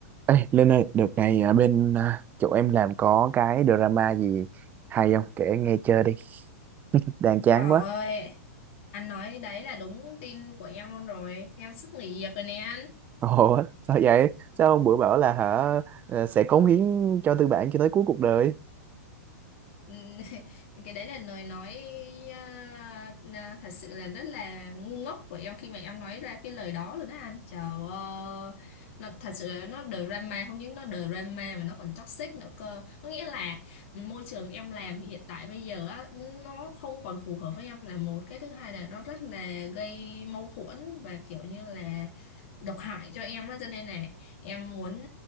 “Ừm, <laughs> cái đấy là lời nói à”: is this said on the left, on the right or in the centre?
Left